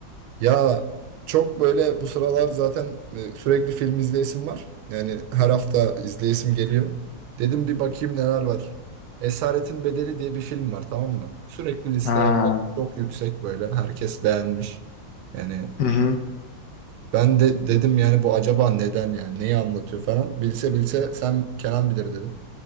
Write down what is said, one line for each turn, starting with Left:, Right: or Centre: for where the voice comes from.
Right: Ya çok böyle bu sıralar zaten e, sürekli film izleyesim var. Yani her hafta izleyesim geliyor. Dedim bir bakayım neler var. Esaretin Bedeli diye bir film var tamam mı? Sürekli listelerde
Left: Ha.
Right: çok yüksek böyle. Herkes beğenmiş. Yani
Left: Hı hı.
Right: ben de dedim yani bu acaba neden yani neyi anlatıyor falan. Bilse bilse sen Kenan bilir dedim.